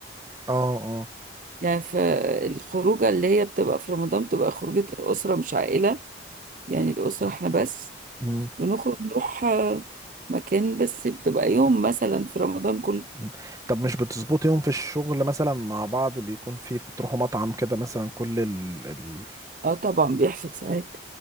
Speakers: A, on the right; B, on the right.
A: اه اه
B: يعني فالخروجه اللي هي بتبقى في رمضان بتبقى خروجه الاسره مش عائله يعني الاسره احنا بس
A: مم.
B: بنخرج نروح آه، مكان بس بتبقى يوم مثلا في رمضان كله
A: مم. طب مش بتظبط يوم في الشغل مثلا مع بعض بيكون في بتروحوا مطعم كده مثلا كل ال ال
B: اه طبعا بيحصل ساعات